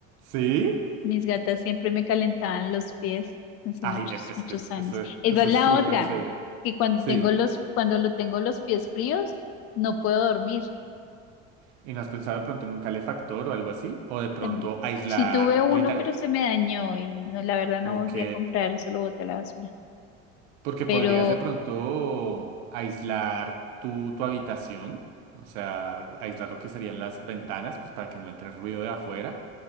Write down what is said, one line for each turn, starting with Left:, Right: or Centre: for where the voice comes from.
Right: Sí.
Left: Mis gatas siempre me calentaban los pies hace
Right: Ay,
Left: muchos,
Right: es, es
Left: muchos
Right: que es-
Left: años.
Right: eso,
Left: Esa
Right: eso
Left: es la
Right: es súper
Left: otra,
Right: chévere.
Left: que cuando
Right: Sí.
Left: tengo los, cuando lo tengo los pies fríos, no puedo dormir.
Right: ¿Y no has pensado de pronto en un calefactor o algo así? ¿O de pronto
Left: Tem-
Right: aislar
Left: Sí tuve uno,
Right: literal?
Left: pero se me dañó y no, la verdad no
Right: Ok.
Left: volví a comprar, eso lo boté a la basura.
Right: Porque
Left: Pero
Right: podrías de pronto aislar tu, tu habitación. O sea, aislar lo que serían las ventanas, pues para que no entre ruido de afuera.